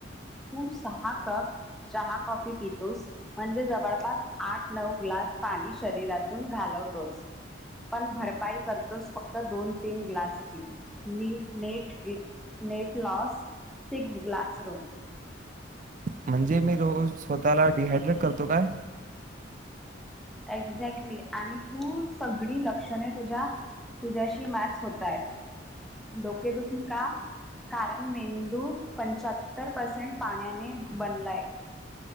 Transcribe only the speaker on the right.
म्हणजे मी रोज स्वतःला डिहायड्रेट करतो काय?